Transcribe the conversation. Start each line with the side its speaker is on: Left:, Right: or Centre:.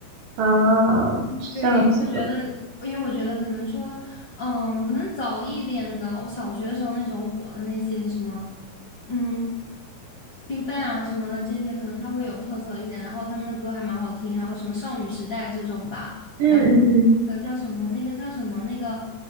Right: 啊，是这样子的。
Left: 对，因为我觉得，因为我觉得可能说，嗯，可能早一点的，我小学的时候那时候火的那些什么，嗯，Big Bang 啊什么的这些，可能它会有特色一些，然后他们的歌还蛮好听，然后什么少女时代这种吧，
Right: 嗯嗯
Left: 然后呃叫什么那个叫什么那个